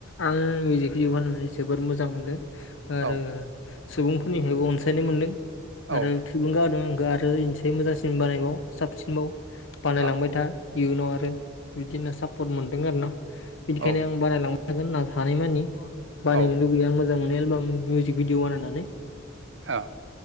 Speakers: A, on the left (about 70°); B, on the right (about 65°).
A: आं मिउजिक भिडिअ बानायनानै जोबद मोजां मोनदों। आरो
B: औ
A: सुबुंफोरनिफ्रायबो अनसायनाय मोनदों
B: औ
A: आरो थुलुंगाहोदों आरो इनोसै मोजांसिन बानायबाव साबसिनबाव बानायलांबाय
B: औ
A: था इयुनाव आरो बिदिनो सापर्ट मोनदों आरो ना बिदिखायनो
B: औ
A: आं बानायलांबाय हागोन हानाय मानि बानायनो
B: औ
A: लुगैयो आं मोजां मोनो एलबाम मिउजिक भिडिअ बानायनानै
B: औ